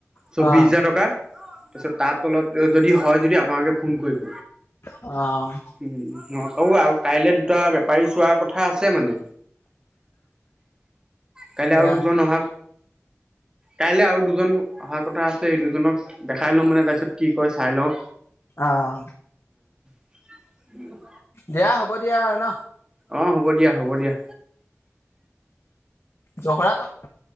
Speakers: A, on the right (about 15°); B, on the left (about 55°).
A: চৌবিছ
B: অ',
A: হাজাৰ টকা। তাৰপিছত তাৰ তলত যদি হয় যদি আপোনালোকে ফোন কৰিব।
B: অ',
A: উম, স অও আৰু কাইলে দুটা বেপাৰী চোৱাৰ কথা আছে মানে। কাইলৈ
B: সেয়া
A: আৰু দুজন অহা কাইলে আৰু দুজন অহা কথা আছে সেই দুজনক দেখাই লম মানে তাৰপিছত কি কয় চাই লওঁ
B: অহ
A: <unintelligible>
B: দিয়া হ'ব দিয়া আৰু ন
A: অ হ'ব দিয়া হ'ব দিয়া
B: জহৰাট <unintelligible>